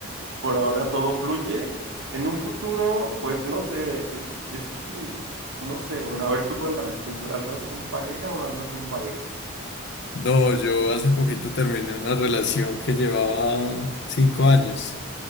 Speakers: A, on the right (about 70°); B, on the left (about 55°).
A: por ahora todo fluye. En un futuro, pues no sé, es que, no sé, bueno, a ver, tú cuéntame, ¿tú andas con pareja o no andas con pareja?
B: No, yo hace poquito terminé una relación que llevaba cinco años.